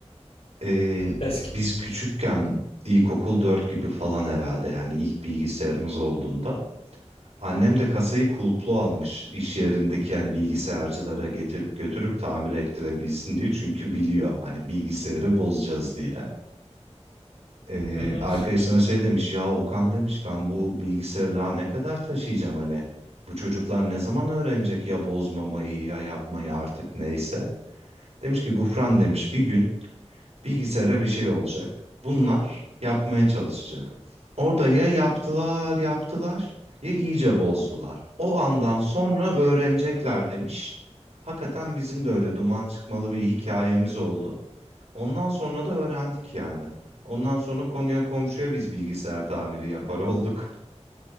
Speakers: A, on the right (about 65°); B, on the left (about 55°).
A: Ee,
B: Eski.
A: biz küçükken ilkokul 4 gibi falan herhalde yani ilk bilgisayarımız olduğunda annem de kasayı kulplu almış iş yerindeki yani bilgisayarcılara getirip götürüp tamir ettirebilsin diye çünkü biliyor hani bilgisayarı bozacağız diye. Ee,
B: Hı hı.
A: arkadaşına şey demiş ya Okan demiş ben bu bilgisayarı daha ne kadar taşıyacağım hani bu çocuklar ne zaman öğrenecek ya bozmamayı ya yapmayı artık neyse. Demiş ki Gufran demiş bir gün bilgisayara bir şey olacak. Bunlar yapmaya çalışacak. Orada ya yaptılar, yaptılar ya iyice bozdular. O andan sonra öğrenecekler demiş. Hakikaten bizim de öyle duman çıkmalı bir hikayemiz oldu. Ondan sonra da öğrendik yani. Ondan sonra konuya komşuya biz bilgisayar tamiri yapar olduk.